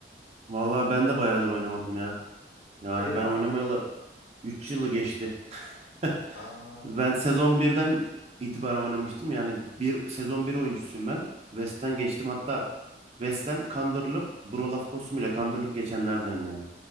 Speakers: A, on the right; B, on the left.
A: Vallahi ben de bayağıdır oynamadım ya. Yani
B: Hadi ya.
A: ben oynamayalı 3 yılı geçti. <laughs>
B: Aa,
A: Ben sezon birden itibaren oynamıştım. Yani bir sezon bir oyuncusuyum ben. West'ten geçtim. Hatta West'ten kandırılıp Brolaf Kosum ile kandırılıp geçenlerdenim yani.